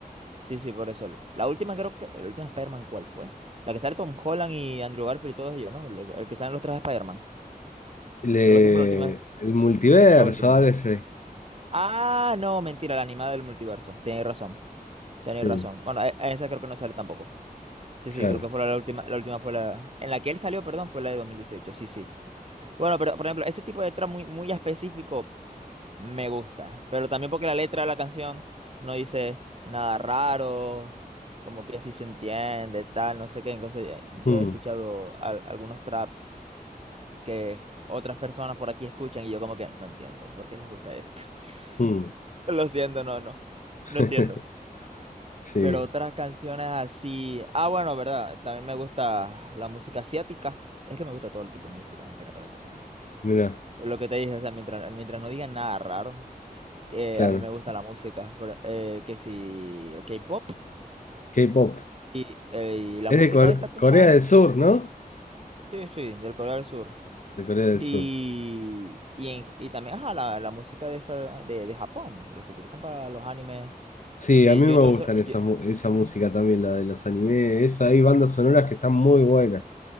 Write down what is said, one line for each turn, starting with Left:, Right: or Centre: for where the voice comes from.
Right: sí, sí, por eso. La la última, creo que. La última Spider-Man, ¿cuál fue? La que sale Tom Holland y Andrew Garfield y todos ellos, ¿no? Lo- el que salen los tres de Spider-Man.
Left: Le-
Right: Creo que esa fue la última.
Left: el multiverso,
Right: La última.
Left: ahora sí,
Right: Ah, no, mentira, la animada del multiverso. Tenéis razón. Tenéis
Left: sí,
Right: razón. Bueno, a, a esa creo que no sale tampoco. Sí,
Left: claro.
Right: sí, creo que fue la, la última. La última fue la. En la que él salió, perdón, fue la de 2018. Sí, sí. Bueno, pero por ejemplo, ese tipo de letra muy, muy específico me gusta, pero también porque la letra de la canción no dice nada raro, como que así se entiende, tal, no sé qué. Entonces eh, yo
Left: Mm,
Right: he escuchado al- algunos traps que otras personas por aquí escuchan y yo como que no entiendo, ¿por qué les gusta esto?
Left: mm,
Right: <laughs> Lo siento, no, no,
Left: <laughs>
Right: no entiendo.
Left: sí,
Right: Pero otras canciones así, ah, bueno, verdad, también me gusta la música asiática. Es que me gusta todo el tipo de música en general, entonces, ajá.
Left: mira,
Right: Es Lo que te dije, o sea, mientras, mientras no digan nada raro, eh,
Left: claro.
Right: a mí me gusta la música, pero, eh, que si el K-pop
Left: K-pop.
Right: y, eh, y la
Left: Es
Right: música
Left: de Cor-
Right: esta que
Left: Corea
Right: usan,
Left: del Sur, ¿no?
Right: sí, sí, del Corea del Sur.
Left: De Corea del
Right: Y,
Left: Sur.
Right: y, en- y también, ajá, la, la música de, esa, de, de Japón, de los que utilizan para los animes,
Left: Sí,
Right: que
Left: a mí
Right: yo
Left: me
Right: todo
Left: gustan
Right: eso, yo,
Left: esa, mu- esa música también, la de los animes. Esa, hay bandas sonoras que están muy buenas.